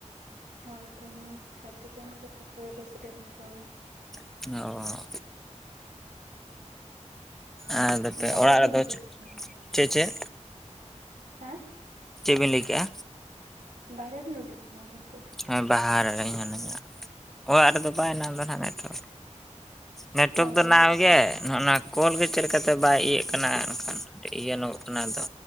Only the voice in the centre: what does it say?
<unintelligible> ᱟᱫᱚᱯᱮ
ᱚᱲᱟᱜ
ᱨᱮᱫᱚ
ᱪᱮᱫ ᱪᱮᱫ
ᱪᱮᱫ ᱵᱤᱱ ᱞᱟᱹᱭ ᱠᱮᱜᱼᱟ
ᱦᱮᱸ ᱵᱟᱦᱟ ᱨᱮ ᱦᱤᱱᱟᱹᱧᱟ ᱚᱲᱟᱜ ᱨᱮᱫᱚ ᱵᱟᱭ ᱱᱟᱢᱫᱟ ᱱᱟᱦᱟᱸᱜ ᱱᱮᱹᱴᱣᱟᱨᱠ ᱱᱮᱴᱣᱟᱨᱠ
ᱫᱚ
<unintelligible>
ᱜᱮ ᱚᱱᱮ ᱚᱱᱟ ᱠᱚᱞ ᱜᱮ ᱪᱮᱫ ᱞᱮᱠᱟᱛᱮ ᱵᱟᱭ ᱤᱭᱟᱹᱜ ᱠᱟᱱᱟ ᱮᱱᱠᱷᱟᱱ ᱤᱭᱟᱹᱱᱜᱚᱜ ᱠᱟᱱᱟ ᱟᱫᱚ